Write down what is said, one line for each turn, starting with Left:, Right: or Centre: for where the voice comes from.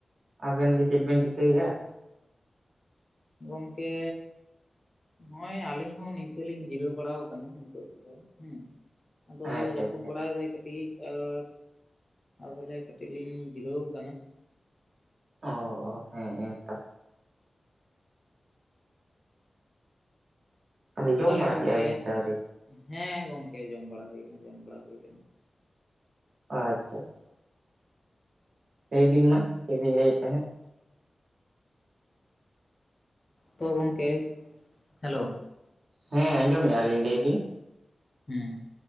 Right: ᱟᱵᱮᱱ ᱜᱮ ᱪᱮᱫ ᱵᱮᱱ ᱪᱤᱠᱟᱹᱭᱮᱫᱭᱟ ᱾
Left: ᱜᱚᱝᱠᱮ ᱱᱚᱜᱼᱚᱭ ᱟᱹᱞᱤᱧ ᱦᱚᱸ ᱱᱤᱝᱠᱟᱹᱞᱤᱧ ᱡᱤᱨᱟᱹᱣ ᱵᱟᱲᱟ ᱠᱟᱱᱟ ᱱᱤᱛᱚᱜ ᱫᱚ ᱦᱮᱸ ᱟᱫᱚ
Right: ᱟᱪᱪᱷᱟ
Left: ᱡᱟᱹᱯᱩᱫ
Right: ᱟᱪᱪᱷᱟ
Left: ᱵᱟᱲᱟᱭ ᱫᱟᱭ ᱠᱟᱹᱴᱤᱡ ᱠᱟᱹᱴᱤᱡ ᱟᱨ ᱟᱫᱚᱞᱮ ᱠᱟᱹᱴᱤᱡ ᱞᱤᱧ ᱡᱤᱨᱟᱹᱣ ᱟᱠᱟᱱᱟ ᱾
Right: ᱚᱼ ᱚᱦᱮᱸ ᱮᱛᱚ ᱡᱚᱢ
Left: ᱛᱟᱦᱚᱞᱮ
Right: ᱵᱟᱲᱟ
Left: ᱜᱚᱝᱠᱮ
Right: ᱠᱮᱫᱼᱟ ᱵᱤᱱ ᱥᱮ ᱟᱹᱣᱨᱤ
Left: ᱦᱮᱸ ᱜᱚᱝᱠᱮ ᱡᱚᱢ ᱵᱟᱲᱟ ᱦᱩᱭ ᱠᱟᱱᱟ ᱡᱚᱢ ᱵᱟᱲᱟ ᱦᱩᱭ ᱠᱟᱱᱟ ᱾
Right: ᱟᱪᱪᱷᱟ ᱟᱪᱪᱷᱟ ᱞᱟᱹᱭ ᱵᱤᱱ ᱢᱟ ᱪᱮᱫᱵᱤᱱ ᱞᱟᱹᱭᱮᱫ ᱛᱟᱦᱮᱸᱫ ᱾
Left: ᱛᱚ ᱜᱚᱢᱠᱮ ᱦᱮᱞᱳ
Right: ᱦᱮᱸ ᱟᱸᱡᱚᱢᱮᱫᱼᱟ ᱞᱤᱧ ᱞᱟᱹᱭ ᱵᱤᱱ
Left: ᱦᱮᱸ